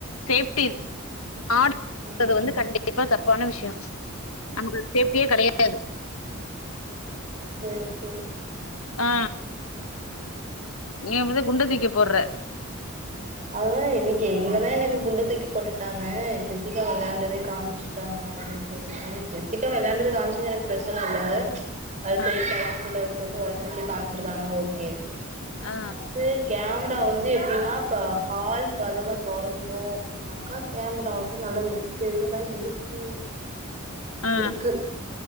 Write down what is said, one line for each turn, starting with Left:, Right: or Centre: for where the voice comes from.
Left: சேஃப்டி
Right: ம்
Left: ஆனா ஆடியோட இருக்கது
Right: ம்
Left: வந்து கண்டிப் தப்பான விஷ்யோ நமக்கு சேஃப்டியே கடயாது
Right: சேர் சேரி
Left: ஆ நீ அப்டிதா குண்டத்தூக்கி போட்ற
Right: அதா இன்னிக்கி இன்னதா எனக்கு குண்டு தூக்கி போட்டுட்டாங்க ஜெசிகா வெளயாண்டதே காம்ச்சு ட்டாங்க அப்டின் சொல்லிட்டு ஜெசிக்கா வெளயாண்டது காம்ச்சது எனக்கு ப்ரச்சன இல்ல அது சில
Left: ஆ
Right: <unintelligible> சில போட்டு ஒடச்சிர்ச்சு காம்ச்சிருக்காங்க ஓக்கே ஆனா
Left: ஆ
Right: வந்து கேமரா வந்து எப்டின்னா இப்ப ஹால் கதவ தொறந்தோ அப்டின்னா அக்கா கேமரா வந்து நல்லா எதுர்க்கவேதா இருக்கு
Left: ஆ
Right: இருக்கு